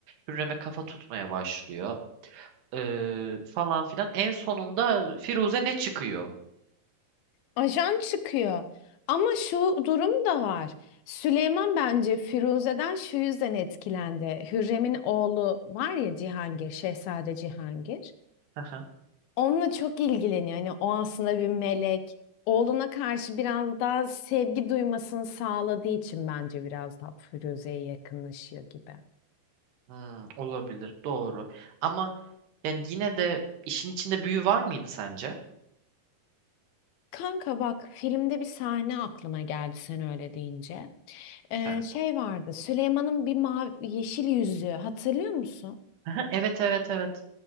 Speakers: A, on the right (about 85°); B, on the left (about 75°).
A: Hürrem'e kafa tutmaya başlıyor. Ee, falan filan. En sonunda Firuze ne çıkıyor?
B: Ajan çıkıyor. Ama şu durum da var. Süleyman bence Firuze'den şu yüzden etkilendi. Hürrem'in oğlu var ya Cihangir, Şehzade Cihangir.
A: Aha.
B: Onunla çok ilgileniyor. Hani o aslında bir melek. Oğluna karşı biraz daha sevgi duymasını sağladığı için bence biraz daha Firuze'ye yakınlaşıyor gibi.
A: Hmm, olabilir. Doğru. Ama yani yine de işin içinde büyü var mıydı sence?
B: Kanka bak filmde bir sahne aklıma geldi sen öyle deyince. Ee,
A: Ha.
B: şey vardı. Süleyman'ın bir mavi yeşil yüzüğü hatırlıyor musun?
A: Aha, Evet evet evet.